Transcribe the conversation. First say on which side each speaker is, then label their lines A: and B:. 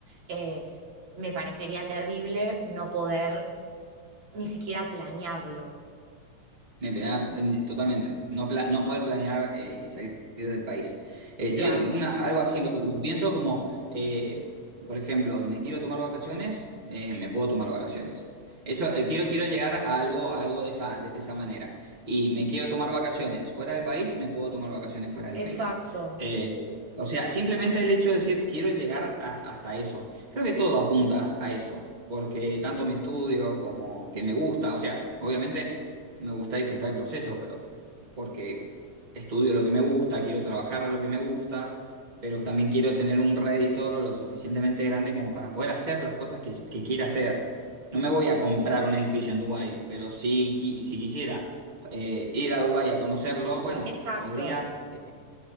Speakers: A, on the right (about 65°); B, on the right (about 20°).
A: eh, me parecería terrible no poder ni siquiera planearlo.
B: Eh, pla-
A: Eh,
B: eh, Totalmente. No, pla- no poder planear eh, salir del país. Eh, yo
A: Claro,
B: una, algo así lo, lo pienso como, eh, por ejemplo, me quiero tomar vacaciones, eh, me puedo tomar vacaciones. Eso, eh, quiero, quiero llegar a algo, a algo de esa, de esa manera. Y me quiero tomar vacaciones fuera del país, me puedo tomar vacaciones fuera del
A: exacto,
B: país. Eh, o sea, simplemente el hecho de decir quiero llegar a- hasta eso. Creo que todo apunta a eso, porque tanto mi estudio como que me gusta, o sea, obviamente me gusta disfrutar el proceso, pero porque estudio lo que me gusta, quiero trabajar de lo que me gusta, pero también quiero tener un rédito lo, lo suficientemente grande como para poder hacer las cosas que, que quiera hacer. No me voy a comprar un edificio en Dubái, pero si, qui- si quisiera eh, ir a Dubái a conocerlo, bueno,
A: exacto.
B: podría, eh,